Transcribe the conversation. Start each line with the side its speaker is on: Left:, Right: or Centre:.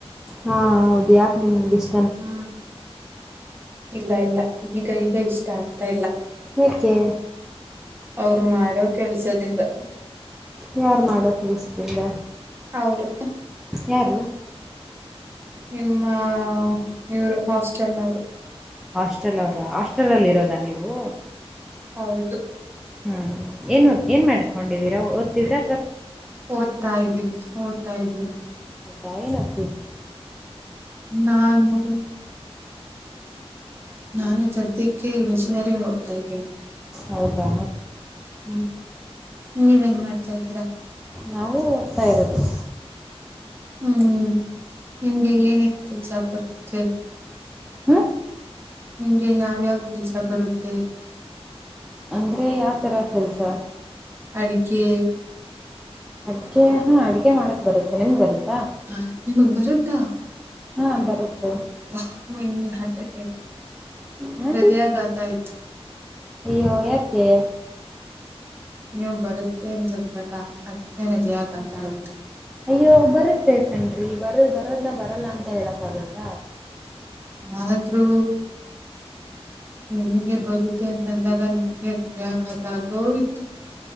Centre: ಹಾ ಹಾ ಹೌದು ಯಾಕೆ ನಿಮ್ಗೆ ಇಷ್
Right: ಹ್ಮ್ ಇಲ್ಲ ಇಲ್ಲ. ಈಗ ಈಗ ಇಷ್ಟ ಆಗ್ತಾ ಇಲ್ಲ.
Centre: ಏಕೆ
Right: ಅವ್ರ ಮಾಡೋದ್ ಕೆಲ್ಸದಿಂದ.
Centre: ಯಾರು ಮಾಡೋ ಕೆಲ್ಸದಿಂದ,
Right: ಅವರು
Centre: ಯಾರು.
Right: ನಿಮ್ಮ ಇವರು ಹಾಸ್ಟೆಲ್ನವ್ರು.
Centre: ಹಾಸ್ಟೆಲ್ ಅವರ ಹಾಸ್ಟೆಲ್ಲ್ಲಿ ಇರೋದ ನೀವು.
Right: ಹೌದು.
Centre: ಹ್ಮ ಏನ್ ಏನ್ ಮಾಡ್ಕೊಂಡಿದೀರಾ ಓದ್ ತಿದಿರಾ.
Right: ಓದ್ತಾ ಇದ್ದೀವಿ ಓದ್ತಾ ಇದ್ದೀವಿ.
Centre: ಹೌದ ಎನ್ ಓದ್
Right: ನಾನು. ನಾನು. ಸದ್ಯಕ್ಕೆ ಇಂಜಿನಿಯರಿಂಗ್ ಓದ್ತಾ ಇದ್ದೀನಿ
Centre: ಹೌದಾ
Right: ಹ್ಮ್. ನೀವೇನ್ ಮಾಡ್ತಾ ಇದ್ದೀರಾ.
Centre: ನಾವು ಓದ್ತಾ ಇರೋದು.
Right: ಹ್ಮ್ ನಿಮ್ಗೆ ಏನೇ ಕೆಸಪರುತ್ತೆ
Centre: ಹ್ಮ.
Right: ನಿಂಗೆ ಯಾವ್ಯಾವ ಕೆಲಸ ಬರುತ್ತೆ.
Centre: ಅಂದ್ರೆ ಯಾವತರ ಕೆಲ್ಸ.
Right: ಅಡಗೇ.
Centre: ಅಡ್ಗೆ ಹಾ ಅಡ್ಗೆ ಮಾಡಕ್ ಬರುತ್ತೆ ನಿಮ್ಗೆ ಬರುತ್ತೆ
Right: ಹ ಬರುತ
Centre: ಹಾ ಬರುತ್ತೆ.
Right: ಅಬ್ಬಾ ಮಿ ಹಾರ್ಟ ಅಟ್ಯಾಕ್.
Centre: ಹ
Right: ಹೃದಯಾಘಾತ ಆಯ್ತು.
Centre: ಅಯ್ಯೋ ಯಾಕೆ.
Right: ನೀವು ಬರುತ್ತೆ ಅಂತ ರಲ್ಲ ಅದೇನದ ಆ ಆಯಿತು
Centre: ಅಯ್ಯೋ ಬರುತ್ತೆ ಕಣ್ ರಿ ಬರದ್ ಬರೋದ್ನ ಬರಲ್ಲ ಅಂತ ಹೇಳೂಕೆ ಅಗುತ್ತ.
Right: ಆದ್ರೂ. ನಿಂಗೆ ಬಾರೋ ಬರುತ್ತೆ ಅಂತಂದಾಗ ನಂಗೆತ ಆಗೋತು